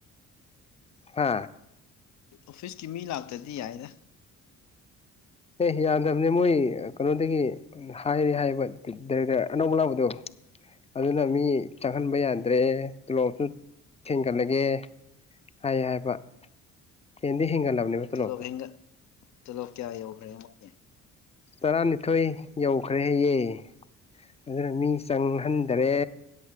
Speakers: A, on the left; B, on the left.
A: ꯍꯥ
B: ꯑꯣꯐꯤꯁꯀꯤ ꯃꯤ ꯂꯥꯛꯇꯗꯤ ꯌꯥꯏꯗ
A: ꯑꯦ ꯌꯥꯗꯕꯅꯦ ꯃꯣꯏ ꯀꯩꯅꯣꯗꯒꯤ ꯍꯥꯏꯔꯦ ꯍꯥꯏꯕ ꯗꯥꯏꯔꯦꯛꯇ꯭ꯔ ꯑꯅꯧꯕ ꯂꯥꯛꯕꯗꯣ ꯑꯗꯨꯅ ꯃꯤ ꯆꯪꯍꯟꯕ ꯌꯥꯗ꯭ꯔꯦ ꯇꯣꯂꯣꯞꯁꯨ ꯊꯦꯡꯒꯠꯂꯒꯦ ꯍꯥꯏ ꯍꯥꯏꯕ ꯍꯦꯟꯗꯤ ꯍꯦꯟꯒꯠꯂꯕꯅꯦꯕ ꯇꯣꯂꯣꯞꯇꯣ
B: ꯇꯣꯂꯣꯞ ꯍꯦꯟꯒꯠ ꯇꯣꯂꯣꯞ ꯀꯌꯥ ꯌꯧꯈ꯭ꯔꯦ ꯃꯣꯏꯒꯤ
A: ꯇꯔꯥꯅꯤꯊꯣꯏ ꯌꯧꯈ꯭ꯔꯦ ꯍꯩꯌꯦ ꯑꯗꯨꯅ ꯃꯤ ꯆꯪꯍꯟꯗ꯭ꯔꯦ